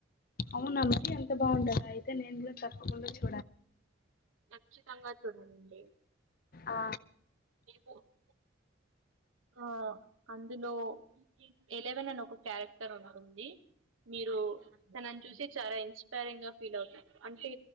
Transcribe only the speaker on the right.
ఖచ్చితంగా చూడాలండి
ఏ పూ పు ఆ అందులో ఎలవెన్ అని ఒక క్యారెక్ట క్టర్ ఉన్నడుంది మీరు తనని చూసి చాలా ఇన్స్పైరింగ్ గా ఫీల్ అవుతారు అంటే